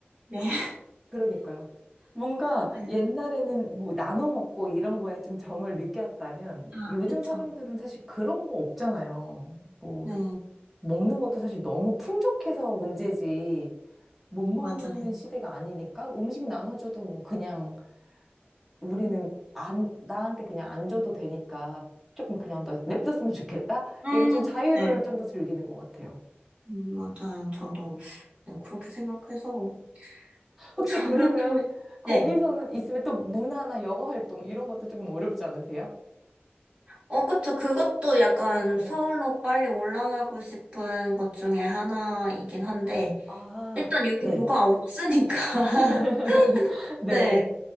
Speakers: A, on the right; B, in the centre.
A: 네. <laughs>
B: 그러니까요. 뭔가
A: 네.
B: 옛날에는 뭐 나눠 먹고 이런 거에 좀 정을 느꼈다면
A: 아,
B: 요즘
A: 그쵸.
B: 사람들은 사실 그런 거 없잖아요. 뭐
A: 네,
B: 먹는 것도 사실 너무 풍족해서 문제지 못 먹는
A: 맞아요.
B: 시대가 아니니까 음식 나눠줘도 뭐 그냥 우리는
A: 음,
B: 안, 나한테 그냥 안 줘도 되니까 조금 그냥 더 냅뒀으면 좋겠다?
A: 음,
B: 이런 좀 자유를
A: 네.
B: 좀 더 즐기는 것 같아요.
A: 음, 맞아요. 저도, 네, 그렇게 생각해서. 어,
B: 혹시
A: 저는
B: 그러면
A: 또,
B: 거기서는
A: 네.
B: 있으면 또 문화나 여가 활동 이런 것도 조금 어렵지 않으세요?
A: 어, 그쵸. 그것도 약간
B: 네.
A: 서울로 빨리 올라가고 싶은 것 중에 하나이긴 한데,
B: 아,
A: 일단 여기
B: 네.
A: 뭐가 없으니까. <laughs>
B: <laughs> 네.
A: 네.